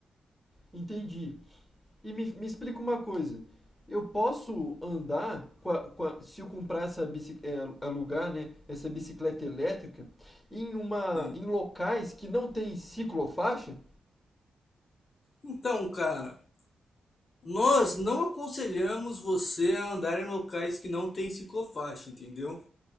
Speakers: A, on the left; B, on the left.
A: Entendi. E me, me explica uma coisa. Eu posso andar com a- com a- se eu comprar essa bicicleta, alugar, né, essa bicicleta elétrica em uma
B: Sim.
A: em locais que não tem ciclofaixa?
B: Então, cara, Nós não aconselhamos você a andar em locais que não tem ciclofaixa, entendeu?